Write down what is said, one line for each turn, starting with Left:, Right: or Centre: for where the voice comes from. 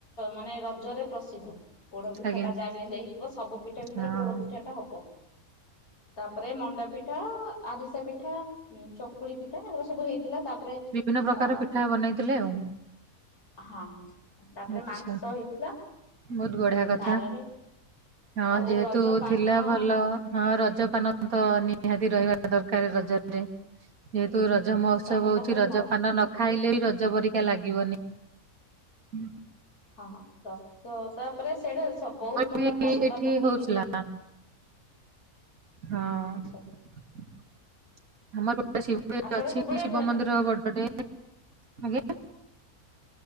Left: ମାନେ ରଜରେ ପ୍ରସିଦ୍ଧ। ପୋଡ ପିଠା
Right: ଆଜ୍ଞା
Left: ଟା ଯାହା ବି ହେଲେ ହେଇଥିବ ସବୁ ପିଠା ଭିତରେ
Right: ହଁ।
Left: ପୋଡ ପିଠା ଟା ହବ। ତାପରେ ମଣ୍ଡାପିଠା ଆରିସା ପିଠା। ଉଁ ଚକୁଳି ପିଠା ଏରା ସବୁ ହେଇଥିଲା। ତାପରେ
Right: ବିଭିନ୍ନ ପ୍ରକାର
Left: ଅ
Right: ପିଠା ବନେଇଥିଲେ ଆଉ।
Left: ହଁ ତାପରେ
Right: ଆଚ୍ଛା
Left: ମାଂସ ହେଇଥିଲା।
Right: ବହୁତ ବଢିଆ କଥା
Left: ବାରରେ
Right: ହଁ
Left: ଆଉ
Right: ଯେହେତୁ
Left: ରଜ ପାନ
Right: ଥିଲା ଭଲ। ହଁ ରଜପାନ ତ ନିହାତି ରହିବା ଦରକାର ରଜରେ। ଯେହେତୁ ରଜ ମହୋତ୍ସବ
Left: ସବୁ ପ୍ରକାର
Right: ହୋଉଛି ରଜ
Left: ମସ୍
Right: ପାନ ନ ଖାଇଲେ ବି ରଜ ପରିକା ଲାଗିବନି। ହୁଁ।
Left: ହଁ ଦଶ ତାପରେ ସେଟେ ଅଛି। ବହୁତ ପ୍ରକାର
Right: ବି
Left: ମସଲା
Right: ଏଠି
Left: ପକେଇକି
Right: ହଉଥିଲା
Left: ଦିଅନ୍ତି।
Right: ହଁ।
Left: ଆଚ୍ଛା
Right: ଆମର ଗୋଟେ
Left: ଆପଣ
Right: ଅଛି
Left: ସେପଟେ
Right: ଶିବ ମନ୍ଦିର ବଡଟେ। ଆଜ୍ଞା।